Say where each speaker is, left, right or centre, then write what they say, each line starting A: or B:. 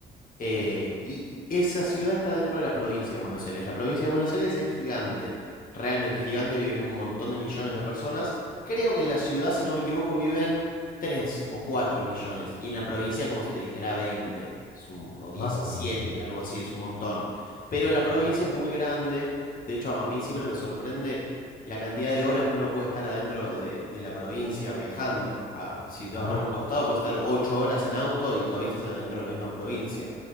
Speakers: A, on the left; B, on the left.
A: Eh, y esa ciudad está dentro de la provincia de Buenos Aires. La provincia de Buenos Aires es gigante, realmente gigante, viven un montón de millones de personas. Creo que en la ciudad, si no me equivoco, viven 3 o 4 millones. Y en la provincia, como si te dijera, veinte es un- o diecisiete,
B: Madre mía,
A: algo así, es un montón. Pero en la provincia es muy grande. De hecho, a a mí siempre me sorprende la cantidad de horas que uno puede estar adentro de, de la provincia viajando. Ah, si te
B: más,
A: vas para un costado, puedes estar 8 horas en auto y todavía estás adentro de la misma provincia.